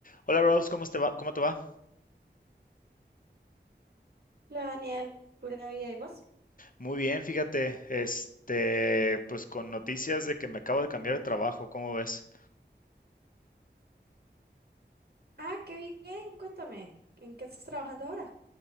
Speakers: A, on the left; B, on the right.
A: Hola Rose, ¿cómo te va? ¿Cómo te va?
B: Hola Daniel, pura vida, ¿y vos?
A: Muy bien, fíjate, este, pues con noticias de que me acabo de cambiar de trabajo, ¿cómo ves?
B: Ah, qué bien, cuéntame, ¿en qué estás trabajando ahora?